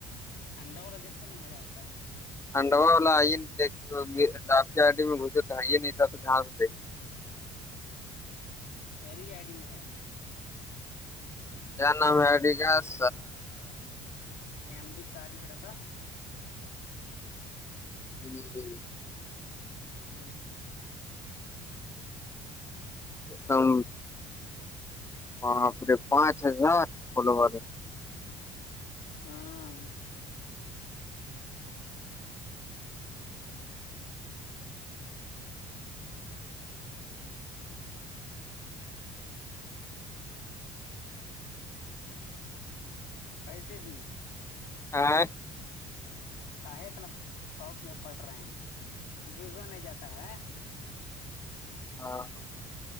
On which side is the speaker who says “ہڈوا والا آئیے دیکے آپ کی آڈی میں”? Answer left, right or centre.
Left